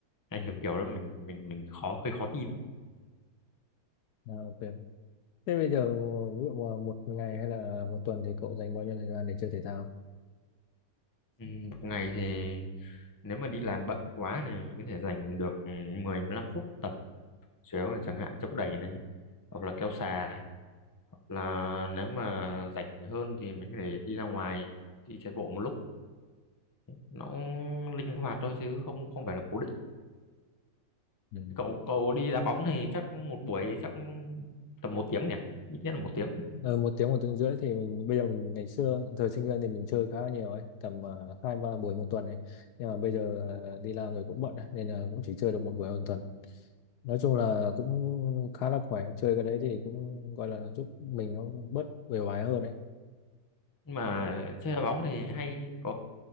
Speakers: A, on the left (about 20°); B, on the left (about 70°).
A: hay
B: Ừ.
A: kiểu kiểu đó mình mình mình khó hơi khó tin
B: À, ok Thế bây giờ ví dụ mà một ngày hay là một tuần thì cậu dành bao nhiêu thời gian để chơi thể thao?
A: ừ, một ngày thì nếu mà đi làm bận quá này mình có thể dành được ừ, 10 15 phút tập chéo này, chẳng hạn chống đẩy này hoặc là kéo xà hoặc là nếu mà rảnh hơn thì mình có thể đi ra ngoài đi chạy bộ một lúc nó linh hoạt thôi chứ không không phải là cố định
B: Ừ.
A: cậu cậu đi đá bóng thì chắc một buổi chắc tầm một tiếng nhỉ ít nhất là một tiếng
B: Ờ, một tiếng một tiếng rưỡi thì mình bây giờ mình ngày xưa thời sinh viên thì mình chơi khá là nhiều ấy tầm ờ, hai ba buổi một tuần ấy nhưng mà bây giờ ờ, đi làm rồi cũng bận ấy, nên là cũng chỉ chơi được một buổi một tuần nói chung là cũng khá là khỏe chơi cái đấy thì cũng gọi là giúp mình nó bớt uể oải hơn ấy
A: nhưng mà chơi đá bóng thì hay có